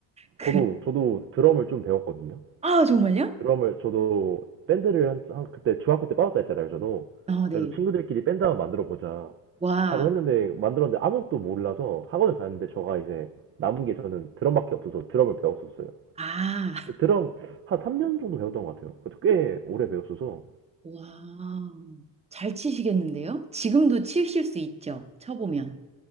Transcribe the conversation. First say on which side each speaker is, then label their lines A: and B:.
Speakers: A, on the right; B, on the right.
A: 그,
B: 저도, 저도 드럼을 좀 배웠거든요.
A: 아, 정말요?
B: 드럼을, 저도 밴드를 한, 한- 그때 중학교 때 빠졌다 했잖아요, 저도.
A: 어, 네.
B: 그래서 친구들끼리 밴드 한번 만들어 보자
A: 와,
B: 하고 했는데, 만들었는데 아무것도 몰라서 학원을 다녔는데, 저가 이제 남은 게 저는 드럼밖에 없어서 드럼을 배웠었어요.
A: 아,
B: 근데 드럼 한 3년 정도 배웠던 것 같아요. 그래도 꽤 오래 배웠어서.
A: 와. 잘 치시겠는데요? 지금도 치실 수 있죠? 쳐보면.